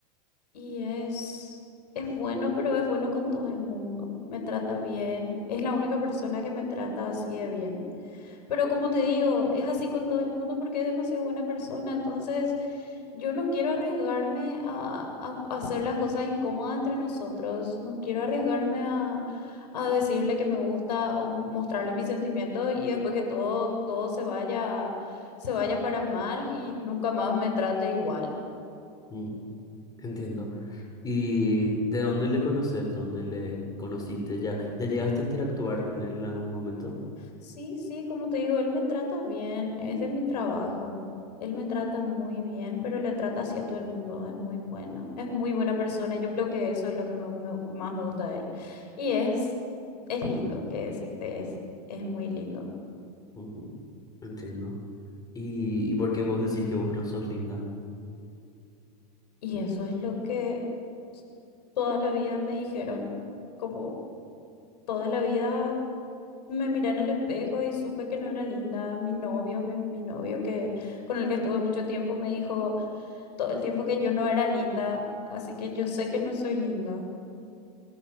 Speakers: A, on the left; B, on the left.
A: Y es, es bueno, pero es bueno con todo el mundo. Me trata bien. Es la única persona que me trata así de bien. Pero como te digo, es así con todo el mundo porque es demasiado buena persona. Entonces, yo no quiero arriesgarme a, a hacer las cosas incómodas entre nosotros. No quiero arriesgarme a, a decirle que me gusta o mostrarle mis sentimientos y después que todo, todo se vaya, se vaya para mal y nunca más me trate igual.
B: Mm, Entiendo. ¿Y de dónde le conoces? ¿Dónde le conociste? ¿Ya, ya llegaste a interactuar con él en algún momento?
A: Sí, sí, como te digo, él me trata bien, es de mi trabajo. Él me trata muy bien, pero le trata así a todo el mundo, es muy bueno, es muy buena persona, yo creo que eso es lo que me- me- más me gusta de él. Y es, es lindo, qué decirte, es, es muy lindo.
B: Ujú, Entiendo. ¿Y, y por qué vos decís que vos no sos linda?
A: Y eso es lo que s- toda la vida me dijeron, como toda la vida Me miré en el espejo y supe que no era linda. Mi novio, mi, mi novio que con el que estuve mucho tiempo, me dijo todo el tiempo que yo no era linda, así que yo sé que no soy linda.